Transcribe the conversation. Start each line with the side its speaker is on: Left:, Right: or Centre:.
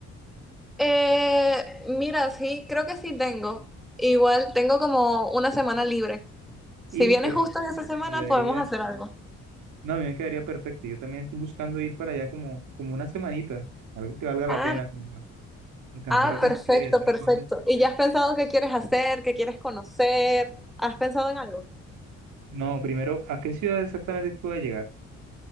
Centre: Eh, mira, sí, creo que sí tengo. Igual tengo como una semana libre. Si
Right: y
Centre: vienes
Right: per-
Centre: justo en esa semana,
Right: quedaría,
Centre: podemos hacer algo.
Right: no, a mí me quedaría perfecto. Yo también estoy buscando ir para allá como, como una semanita, algo que valga
Centre: Ah,
Right: la pena. alcanzar
Centre: ah,
Right: a conocer
Centre: perfecto,
Right: y hacer
Centre: perfecto.
Right: cosas chéveres.
Centre: ¿Y ya has pensado qué quieres hacer, qué quieres conocer? ¿Has pensado en algo?
Right: No, primero, ¿a qué ciudad exactamente que voy a llegar?